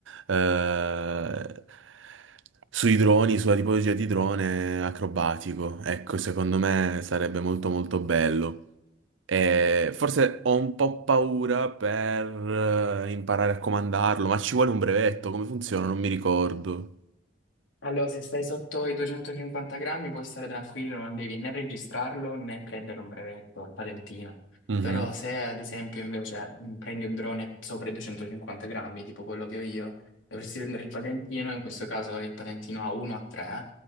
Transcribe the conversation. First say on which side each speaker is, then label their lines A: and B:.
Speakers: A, on the right (about 85°); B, on the left (about 90°).
A: eh, sui droni, sulla tipologia di drone acrobatico. Ecco, secondo me sarebbe molto molto bello. E forse ho un po' paura per eh, imparare a comandarlo, ma ci vuole un brevetto, come funziona? Non mi ricordo.
B: Allora, se stai sotto i 250 grammi puoi stare tranquillo, non devi né registrarlo né prendere un brevetto, il patentino.
A: Mhm.
B: Però se ad esempio invece mh, prendi un drone sopra i 250 grammi, tipo quello che ho io, dovresti prendere il patentino, in questo caso è il patentino A1 A3,